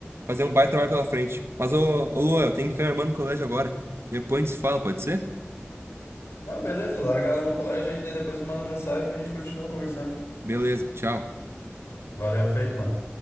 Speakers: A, on the right; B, on the left.
A: fazer um baita trabalho pela frente. Mas, ô, ô Luan, eu tenho que buscar minha irmã no colégio agora. Depois a gente se fala, pode ser?
B: Não, beleza, larga lá no colégio aí, daí depois me manda mensagem e a gente continua conversando.
A: Beleza, tchau.
B: Valeu, feito, mano.